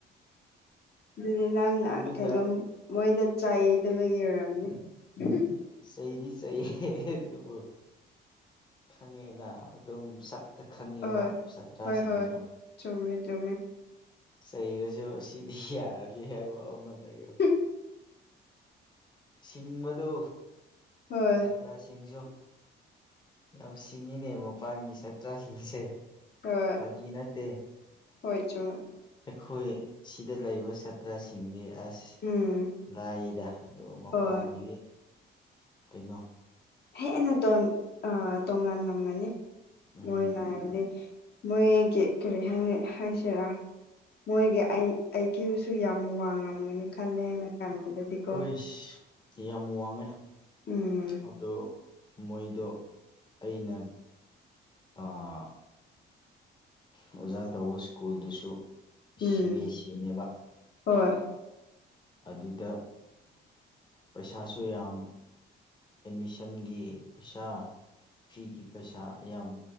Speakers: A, on the left (about 55°); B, on the left (about 20°).
A: ꯑꯗꯨꯗ ꯅꯪꯅ
B: ꯇꯨꯃꯤꯟꯅ
A: ꯀꯩꯅꯣ ꯃꯣꯏꯗ ꯆꯩꯗꯕꯒꯤ ꯑꯣꯏꯔꯝꯅꯤ ꯍ
B: ꯆꯩꯗꯤ ꯆꯩꯌꯦ ꯑꯗꯨꯕꯨ ꯈꯪꯉꯦꯅ ꯑꯗꯨꯝ ꯁꯛ ꯇ ꯈꯪꯉꯤꯕ
A: ꯍꯣꯏ
B: ꯁꯥꯇ꯭ꯔꯥꯁꯤꯡꯁꯨ
A: ꯍꯣꯏ ꯍꯣꯏ ꯆꯨꯝꯃꯦ ꯆꯨꯝꯃꯦ
B: ꯆꯩꯔꯁꯨ ꯁꯤꯗꯤ ꯌꯥꯔꯅꯤ ꯍꯥꯏꯕ ꯑꯃ ꯂꯩꯌꯦꯕ
A: ꯎꯨꯞ <inaudible>
B: ꯁꯤꯡꯕꯗꯣ
A: ꯍꯣꯏ
B: ꯁꯥꯇ꯭ꯔꯁꯤꯡꯁꯨ ꯌꯥꯝ ꯁꯤꯡꯉꯤꯅꯦ ꯃꯄꯥꯟꯒꯤ ꯁꯥꯠꯇ꯭ꯔꯁꯤꯡꯁꯦ
A: ꯍꯣꯏ꯫
B: ꯒꯤ ꯅꯠꯇꯦ
A: ꯍꯣꯏꯁꯨ
B: ꯑꯩꯈꯣꯏ ꯁꯤꯗ ꯂꯩꯕ ꯁꯥꯇ꯭ꯔꯁꯤꯡꯗꯤ ꯑꯁ
A: ꯎꯝ
B: ꯂꯥꯏꯌꯦꯗ ꯑꯗꯨ ꯃꯄꯥꯟꯒꯤ
A: ꯍꯣꯏ
B: ꯀꯩꯅꯣ
A: ꯍꯦꯟꯅ ꯑ ꯇꯣꯉꯜꯂꯝꯂꯝꯒꯅꯤ
B: ꯎꯝ
A: ꯃꯣꯏꯅ ꯍꯥꯏꯕꯗꯤ ꯃꯣꯏꯒꯤ ꯀꯔꯤ ꯍꯥꯏ ꯍꯥꯏꯁꯤꯔꯥ ꯃꯣꯏꯒꯤ ꯑꯩ ꯑꯩꯒꯤ ꯁꯨ ꯌꯥꯝ ꯋꯥꯡꯉꯝꯒꯅꯤ ꯈꯜꯂꯦ ꯑꯩꯅ ꯈꯟꯕꯗꯗꯤ ꯀꯣ
B: ꯏꯁ ꯌꯥꯝ ꯋꯥꯡꯉꯦ
A: ꯎꯝ
B: ꯑꯗꯣ ꯃꯣꯏꯗꯣ ꯑꯩꯅ ꯑꯥ ꯑꯣꯖꯥ ꯇꯧꯕ ꯁ꯭ꯀꯨꯜꯗꯨꯁꯨ ꯁꯤ
A: ꯎꯝ
B: ꯕꯤ ꯑꯦꯁ ꯁꯤꯅꯦꯕ
A: ꯍꯣꯏ
B: ꯑꯗꯨꯗ ꯄꯩꯁꯥꯁꯨ ꯌꯥꯝ ꯑꯦꯠꯃꯤꯁꯟꯒꯤ ꯄꯩꯁꯥ ꯐꯤꯒꯤ ꯄꯩꯁꯥ ꯌꯥꯝ